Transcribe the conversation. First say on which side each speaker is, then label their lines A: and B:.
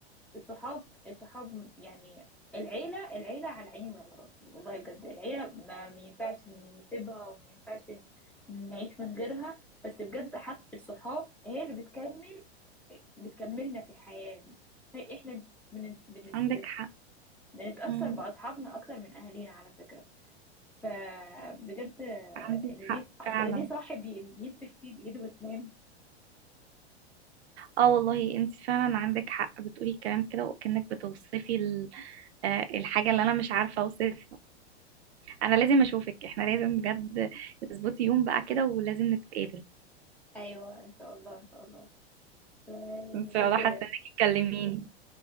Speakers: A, in the centre; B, on the right (about 70°).
A: الصحاب الصحاب يعني العيلة العيلة على عيني وعلى راسي والله بجد العيلة ما ما ينفعش نسيبها وما ينفعش نعيش من غيرها بس بجد حتى الصحاب هي اللي بتكمل بتكملنا في الحياة دي طيب، احنا بنت... بنت...
B: عندك حق
A: بنتأثر
B: امم
A: بأصحابنا أكتر من أهالينا على فكرة فبجد
B: عندك
A: اللي
B: حق
A: ليه صح...
B: فعلا
A: اللي ليه صاحب ي- يمسك فيه بإيده واسنانه
B: اه والله انت فعلا عندك حق بتقولي الكلام كده وكأنك بتوصفي ال- آه، الحاجة اللي انا مش عارفة اوصفها انا لازم اشوفك احنا لازم بجد اظبطي يوم بقى كده ولازم نتقابل
A: أيوة إن شاء الله إن شاء الله ف-
B: ان
A: بجد
B: شاء الله حاسة انك تكلميني